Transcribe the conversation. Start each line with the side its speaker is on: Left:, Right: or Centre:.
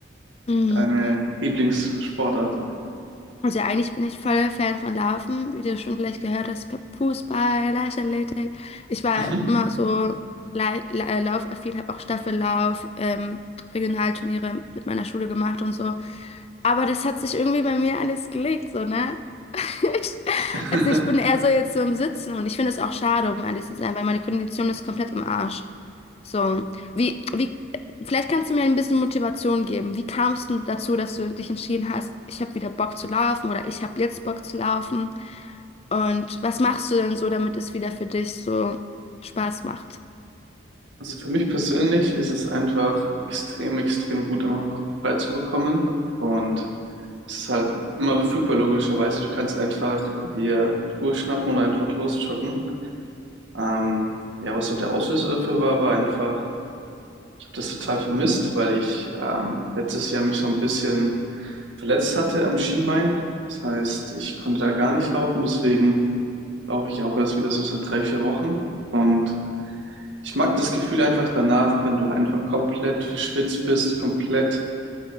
Left: Mhm.
Right: Deine Lieblingssportart.
Left: Also eigentlich bin ich voll Fan von Laufen, wie du schon vielleicht gehört hast, Fußball, Leichtathletik. Ich war
Right: Mhm.
Left: immer so lei- la- äh, laufaffin, habe auch Staffellauf, ähm, Regionalturniere mit meiner Schule gemacht und so. Aber das hat sich irgendwie bei mir alles gelegt, so, ne? <laughs> Ich,
Right: <laughs>
Left: also ich bin eher so jetzt so im Sitzen und ich finde es auch schade, um ehrlich zu sein, weil meine Kondition ist komplett im Arsch. So, wie, wie, vielleicht kannst du mir ein bisschen Motivation geben. Wie kamst du dazu, dass du dich entschieden hast, ich habe wieder Bock zu laufen oder ich habe jetzt Bock zu laufen? Und was machst du denn so, damit es wieder für dich so Spaß macht?
Right: Also für mich persönlich ist es einfach extrem, extrem gut, immer den Kopf frei zu bekommen. Und es ist halt immer verfügbar, logischerweise. Du kannst einfach dir Schuhe schnappen und einfach losjoggen. Ähm, ja, was so der Auslöser dafür war, war einfach, ich habe das total vermisst, weil ich ähm, letztes Jahr mich so ein bisschen verletzt hatte am Schienbein. Das heißt, ich konnte da gar nicht laufen. Deswegen laufe ich auch erst wieder so seit drei, vier Wochen. Und ich mag das Gefühl einfach danach, wenn du einfach komplett verschwitzt bist, komplett